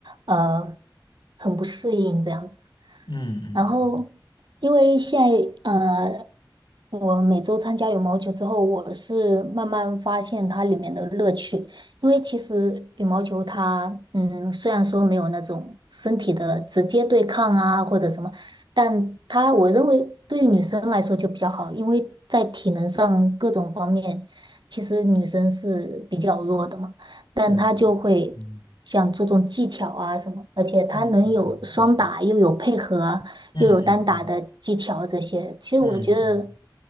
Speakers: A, on the right (about 65°); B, on the left (about 70°).
A: 呃，很不适应这样子。
B: 嗯嗯嗯，
A: 然后，因为现在，呃，我每周参加羽毛球之后，我是慢慢发现它里面的乐趣。因为其实羽毛球它，嗯，虽然说没有那种身体的直接对抗啊，或者什么。但她我认为对于女生来说就比较好，因为在体能上各种方面，其实女生是比较弱的嘛，但她就会想注重技巧啊什么，
B: 对，嗯
A: 而且她能有双打，
B: 嗯嗯嗯
A: 又有配合，
B: 嗯嗯嗯
A: 又有单打的技巧这些。其实我觉得
B: 嗯嗯。嗯